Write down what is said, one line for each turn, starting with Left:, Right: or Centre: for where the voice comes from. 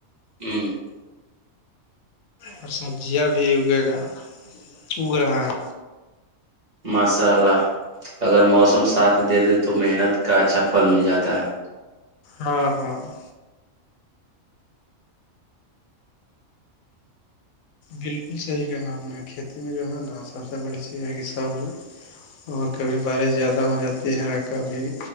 Right: جی <unintelligible>
Left: اور سبزیاں بھی اگے گا اگ رہا ہے
Right: ماشاء اللہ اگر موسم ساتھ دے دے تو محنت کا اچھا پھل مل جاتا ہے
Left: ہاں ہاں <unintelligible> بالکل صحیح کہنا اپ نے کھیتی میں جو ہے نا سب سے بڑی چیز ہے کہ سب اور کبھی بارش زیادہ ہو جاتی ہے کبھی